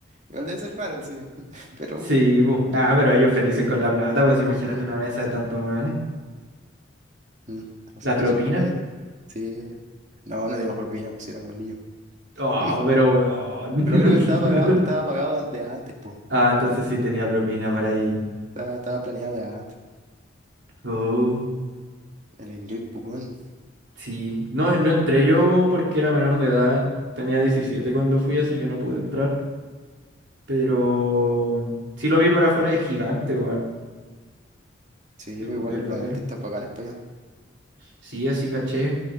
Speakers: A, on the right; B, on the right.
A: Igual debe ser raro, sí, <laughs> pero...
B: Sí, bu. Nada, pero ellos felices con la plata, pues imagínate
A: Sí,
B: una mesa de tantos weones.
A: mm, 250,
B: La propina.
A: sí. No, no dimos propina, pues si éramos niños.
B: Oh,
A: <laughs> Pero
B: pero weón. <laughs>
A: creo que estaba pagado, estaba pagado de antes, pues.
B: Ah, entonces sí tenía propina por ahí.
A: Estaba, estaba planeado de antes.
B: Oh,
A: El Enjoy Pucón.
B: sí. No, no entré yo porque era menor de edad. Tenía 17 cuando fui, así que no pude entrar. Pero sí lo vi por afuera y es gigante, weón,
A: Sí,
B: el,
A: pues igual
B: el
A: van
B: hotel.
A: artistas bacanes para allá.
B: Sí, así caché.